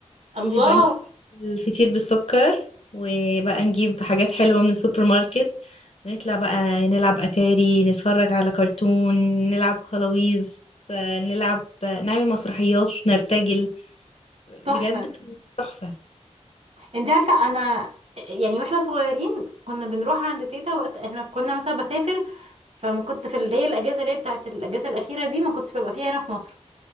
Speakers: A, on the left; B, on the right.
A: ننزل
B: الله
A: بقى الفطير بالسكر وبقى نجيب حاجات حلوة من السوبر ماركت ونطلع بقى نلعب أتاري نتفرج على كرتون نلعب خلاويص آه، نلعب آه، نعمل مسرحيات نرتجل بجد
B: تحفة
A: كان تحفة
B: انت عارفة انا يعني واحنا صغيرين كنا بنروح عند تيتا وقت احنا كنا مثلا بسافر فما كنت في اللي هي الاجازة اللي هي بتاعت الاجازة الاخيرة دي ما كنتش ببقى فيها هنا في مصر